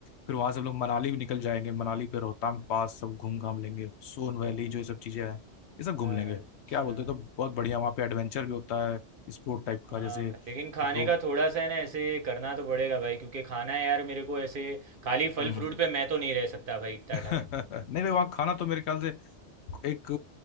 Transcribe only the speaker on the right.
हाँ,
अच्छा
हाँ
भाई लेकिन खाने
का थोड़ा सा है ना ऐसे करना तो पड़ेगा भाई क्योंकि खाना यार मेरे को ऐसे खाली फल
फ्रूट पे मैं तो नहीं रह सकता भाई इतना
टाइम